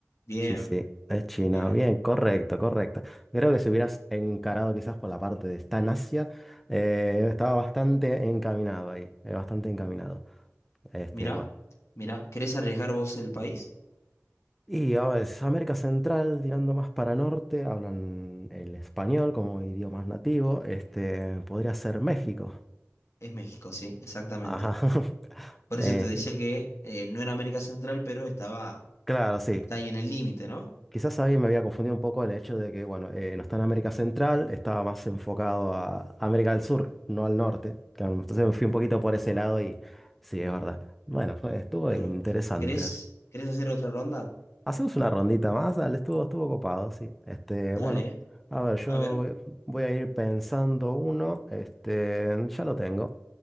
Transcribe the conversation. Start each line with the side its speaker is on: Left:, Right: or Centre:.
Left: Bien,
Centre: Sí, sí, es China.
Left: bien.
Centre: Bien, correcto, correcto. Creo que si hubieras encarado quizás por la parte de está en Asia, eh, estaba bastante encaminado ahí, eh, bastante encaminado. Este,
Left: Mirá,
Centre: bueno.
Left: mirá, ¿querés arriesgar vos el país?
Centre: Y a ver, es América Central, tirando más para norte, hablan el español como idioma nativo. Este, podría ser México.
Left: Es México, sí, exactamente.
Centre: Ajá. <laughs>
Left: Por
Centre: Eh,
Left: eso te decía que eh, no era América Central, pero estaba,
Centre: claro, sí.
Left: está ahí en el límite, ¿no?
Centre: Quizás ahí me había confundido un poco el hecho de que, bueno, eh, no está en América Central, estaba más enfocado a América del Sur, no al norte. Claro, entonces me fui un poquito por ese lado y sí, es verdad. Bueno, fue, estuvo
Left: Claro.
Centre: interesante.
Left: ¿Querés, querés hacer otra ronda?
Centre: Hacemos una rondita más, dale, estuvo, estuvo copado, sí. Este,
Left: Dale,
Centre: bueno, a ver, yo
Left: a ver,
Centre: voy, voy a ir pensando uno, este, ya lo tengo,